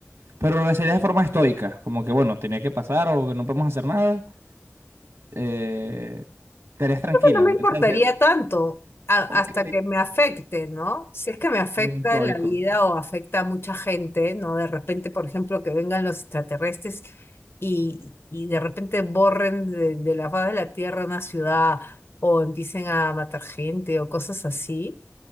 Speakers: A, on the right; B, on the left.
A: Pero lo sería de forma estoica, como que bueno, tenía que pasar o que no podemos hacer nada. Eh, estarías tranquila.
B: no me importaría
A: O sea, se-
B: tanto a- hasta
A: ok,
B: que me afecte, ¿no? Si es que me afecta
A: muy estoico.
B: en la vida o afecta a mucha gente, ¿no? De repente, por ejemplo, que vengan los extraterrestres y, y de repente borren de, de la faz de la Tierra una ciudad o empiecen a matar gente o cosas así.